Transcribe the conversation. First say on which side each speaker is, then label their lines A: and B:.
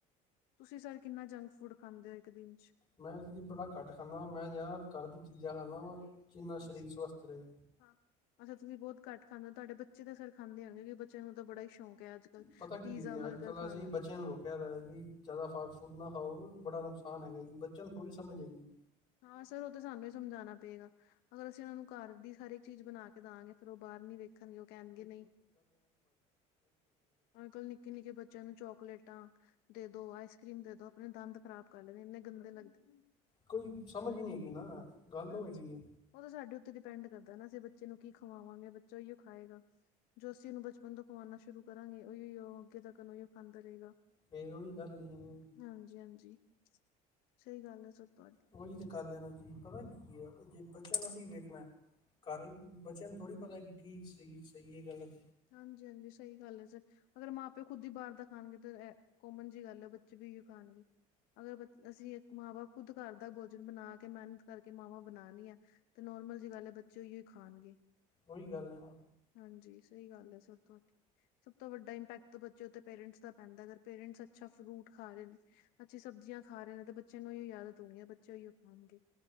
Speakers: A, on the left (about 75°); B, on the left (about 30°).
A: ਤੁਸੀਂ ਸਰ ਕਿੰਨਾ ਜੰਕ ਫੂਡ ਖਾਂਦੇ ਹੋ ਇੱਕ ਦਿਨ ਚ।
B: ਮੈਂਮ ਬੜਾ ਘੱਟ ਖਾਂਦਾ ਵਾ। ਮੈਂ ਯ ਘਰ ਦੀਆਂ ਚੀਜ਼ਾਂ ਖਾਂਦਾ ਵਾ। ਜਿੰਨਾ ਸਰੀਰ
A: ਚ
B: ਸਵਸਥ ਰਹੇ।
A: ਹਾਂ ਅਸੀਂ ਤੁਸੀਂ ਬਹੁਤ ਘੱਟ ਖਾਂਦੇ ਹੋ। ਤੁਹਾਡੇ ਬੱਚੇ ਤਾਂ ਫੇਰ ਖਾਂਦੇ ਹੋਣਗੇ ਕਿਉਂਕ ਬੱਚਿਆਂ ਨੂੰ ਤਾਂ ਬੜਾ ਹੀ ਸ਼ੌਕ-। ਹੈ ਅੱਜ ਕੱਲ੍ਹ
B: ਪਤਾ ਕੀ
A: ਪੀਜ਼ਾ ਬਰਗਰ
B: ਅੱਜ ਕੱਲ
A: ਖਾਣ
B: ਅਸੀ
A: ਦਾ
B: ਬੱਚਿਆਂ ਨੂੰ ਰੋਕਿਆ ਦਾ ਕਿ- ਜ਼ਿਆਦਾ ਫਾਸਟ ਫੂਟ ਨਾ ਖਾਓ ਬੜਾ ਨੁਕਸਾਨ ਹੈਗਾ ਜੀ। ਬੱਚਿਆਂ ਨੂੰ ਥੋੜੀ ਸਮਝ ਹੈਗੀ।
A: ਹਾਂ ਸਰ ਉਹ ਤਾਂ ਸਾਨੂੰ ਹੀ ਸਮਝਾਉਣਾ ਪਏਗਾ, ਅਗਰ ਅਸੀਂ ਉਹਨਾਂ ਨੂੰ ਘਰ ਦੀ ਹਰ ਇੱਕ ਚੀਜ਼ ਬਣਾ ਕੇ। ਦਾਗੇ ਫੇਰ ਉਹ ਬਾਹਰ ਨੀ ਵੇਖਣਗੇ, ਉਹ ਕਹਿਣਗੇ ਨਹੀਂ ਨ। ਨਿੱਕੇ-ਨਿੱਕੇ ਬੱਚਿਆਂ ਨੂੰ ਚੋਕਲੇਟਾਂ ਦੇ ਦੋ, ਆਈਸ ਕਰ੍ਰੀਮ ਦੇ ਦੋ। ਆਪਣੇ ਦੰਦ ਖ਼ਰਾਬ ਕਰ ਲੈਂਦੇ ਇੰਨੇ ਗੰਦੇ ਲੱਗਦੇ ਨੇ।
B: ਕੋਈ ਸਮਝ ਹੀ ਨਹੀਂ ਹੈਗੀ ਨਾ। ਗੱਲ
A: ਹਾਂਜੀ।
B: ਔ ਹੈਗੀ ਹੈ।
A: ਉਹ ਤਾਂ ਸਾਡੇ ਉੱਤੇ ਡਿਪੈਂਡ ਕਰਦਾ, ਨਾ ਅਸੀਂ ਬੱਚੇ ਨੂੰ ਕੀ ਖਵਾਵਾਂਗੇ ਬੱਚਾ ਓਹੀਓ ਖਾਏਗਾ। ਜੋ ਅਸੀਂ ਉਹਨੂੰ ਬਚਪਣ ਤੋਂ ਖਮਵਾਉਣਾ ਸ਼ੁਰੂ ਕਰਾਂਗੇ, ਉਹੀ ਉਹ ਅੱਗੇ ਤੱਕ ਉਹੀ ਖਾਂਦਾ ਰਹੇਗਾ।
B: ਫੇਰ ਉਹੀ ਗੱਲ ਨਹੀਂ।
A: ਹਾਂਜੀ -ਹਾਂਜੀ। ਸਹੀ ਗੱਲ ਹੈ ਸਰ ਤੁਹਾਡੀ।
B: ਉਹੀ ਤੇ ਗੱਲ ਹੈ ਨਾ ਜੀ, ਪਤਾ ਕੀ ਹੈ, ਜੇ ਬੱਚਿਆਂ ਨੂੰ ਅਸੀਂ ਵੇਖਣਾ। ਕਾਰਨ ਬੱਚਿਆਂ ਨੂੰ ਥੋੜੀ ਪਤਾ ਕਿ, ਕੀ ਸਹੀ- ਸਹੀ, ਹੈ ਗੱਲਤ।
A: ਹਾਂਜੀ- ਹਾਂਜੀ ਸਹੀ ਗੱਲ ਹੈ, ਸਰ ਅਗਰ ਮਾਂ- ਪਿਓ, ਖੁਦ ਹੀ ਬਾਹਰ ਦਾ ਖਾਣਗੇ, ਤਾਂ ਇਹ ਕੋਮਨ ਜਿਹੀ ਗੱਲ ਹੈ। ਬੱਚੇ ਵੀ ਉਹੀ ਓ ਖਾਣਗੇ ਅਗਰ ਬ- ਅਸੀਂ ਇੱਕ ਮਾਵਾਂ ਖੁਦ ਘਰ ਦਾ ਭੋਜਨ ਬਣਾ ਕੇ ਮਿਹਨਤ ਕਰਕੇ ਮਾਵਾਂ ਬਣਾਨੀ ਆ। ਤੇ ਨੋਰਮਲ ਜਿਹੀ ਗੱਲ ਹੈ ਬੱਚੇ ਓ ਹੀ ਓ ਖਾਣਗੇ।
B: ਓਹੀ ਗੱਲ ਹੈ।
A: ਹਾਂਜੀ ਸਹੀ ਗੱਲ ਹੈ ਸਰ, ਤੁਹਾਡੀ ਸਭ ਤੋਂ ਵੱਡਾ ਇੰਪੈਕਟ ਤਾਂ ਬੱਚੇ ਉੱਥੇ ਪੇਰੈਂਟਸ ਦਾ ਪੈਂਦਾ, ਅਗਰ ਪੇਰੈਂਟਸ ਅੱਛਾ ਫਰੂਟ ਖਾ ਰਹੇ ਨੇ‌‌ ਅੱਛੀ ਸਬਜ਼ੀਆਂ ਖਾ ਰਹੇ ਨੇ, ਤੇ ਬੱਚਿਆਂ ਨੂੰ ਇਹੀ ਆਜਤ ਹੋਣੀ ਹੈ। ਬੱਚੇ ਉਹੀਓ ਖਾਣਗੇ।